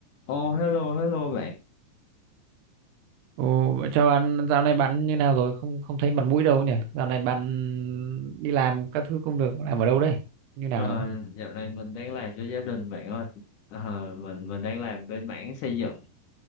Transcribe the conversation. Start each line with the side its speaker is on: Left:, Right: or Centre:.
Left: oh, hello hello bạn
Right: Ồ, vậy chào bạn, dạo này bạn như nào rồi? Không không thấy mặt mũi đâu nhỉ? Dạo này bạn đi làm các thứ công việc làm ở đâu đây? Như nào
Left: à,
Right: rồi?
Left: dạo này mình đang làm cho gia đình bạn ơi à, mình mình đang làm bên mảng xây dựng